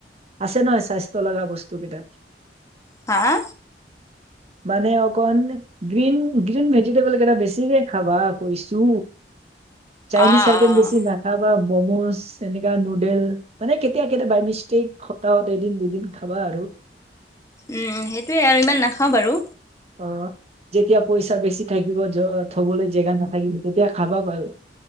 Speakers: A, on the right (about 35°); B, on the left (about 15°).
A: আছে। নহয় স্বাস্থ্য লগা বস্তু কেইটা
B: হা
A: মানে অকন গ্ৰীণ গ্ৰীণ ভেজিটেবল কেইটা বেছিকে খাবা কৈছো।
B: অ'
A: চাইনিজ চাইকে
B: অ'
A: বেছি নাল তাৰপৰা মমোজ এনেকা নুডেল মানে কেতিয়া কেতিয়া বাই মিষ্টেক সপ্তাহত এদিন দুদিন দুদিন। খাবা আৰু
B: উম সেইটোৱে আৰু ইমান নাখাওঁ বাৰু
A: অ যেতিয়া পইচা বেছি থাকিব জ থবলৈ জেগাত নাথাকিব তেতিয়া খাবা বাৰু।